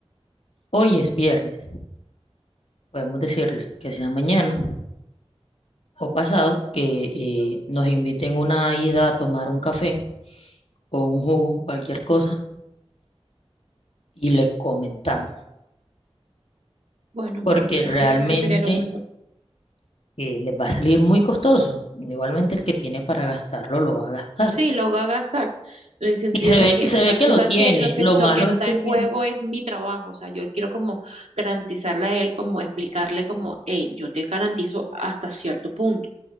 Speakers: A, on the left (about 65°); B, on the right (about 80°).
A: hoy es viernes, podemos decirle que sea mañana o pasado, que eh, nos inviten una ida a tomar un café o un jugo, cualquier cosa, y le comentamos,
B: Bueno,
A: porque
B: mi amor, yo
A: realmente
B: creería que sería lo mejor.
A: eh, les va a salir muy costoso. Igualmente el que tiene para gastarlo lo va a gastar.
B: Sí, lo voy a gastar. En el sentido
A: Y se
B: de
A: ve,
B: que,
A: que- se
B: o
A: ve
B: sea,
A: que
B: tú
A: lo
B: sabes
A: tiene.
B: que lo que,
A: Lo
B: lo
A: malo
B: que está
A: es que
B: en
A: siento...
B: juego es mi trabajo. O sea, yo quiero como garantizarle a él, como explicarle como, hey, yo te garantizo hasta cierto punto.